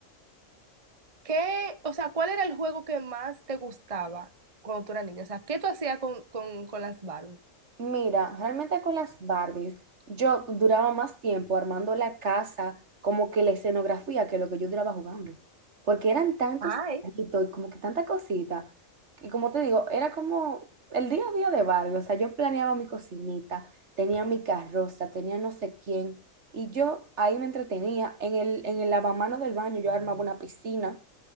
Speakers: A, on the right; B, on the right.
A: ¿Qué, o sea, cuál era el juego que más te gustaba cuando tú eras niña? O sea, ¿qué tú hacías con, con, con las Barbie?
B: Mira, realmente con las Barbies, yo duraba más tiempo armando la casa, como que la escenografía, que lo que yo duraba jugando. Porque eran tantos
A: Ay.
B: detallitos y como que tanta cosita. Y como te digo, era como el día a día de Barbie. O sea, yo planeaba mi cocinita, tenía mi carroza, tenía no sé quién. Y yo ahí me entretenía. En el, en el lavamanos del baño yo armaba una piscina